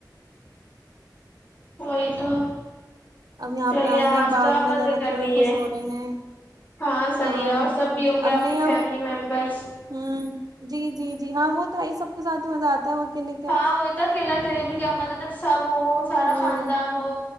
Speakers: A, on the left; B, on the right.
A: وہیں تو
B: اب یہاں
A: چلیے
B: پہ آئے
A: آج
B: ہیں باغ
A: تو آپ
B: میں
A: مزے
B: ذرا
A: کر
B: تھوڑے
A: رہی
B: خوش
A: ہیں
B: ہو رہے ہیں
A: ہاں صحیح
B: ہاں
A: ہے اور سب بھی ہوں گے
B: اب
A: آپ
B: نہیں
A: کی
B: اب
A: فیملی ممبرس
B: جی جی جی ہاں وہ تو ہے سب کے ساتھ مزہ توا کے لیے کیا
A: ہاں وہی اکیلا اکیلے بھی کیا مزہ جب سب ہو سارا
B: ہاں
A: خاندان ہو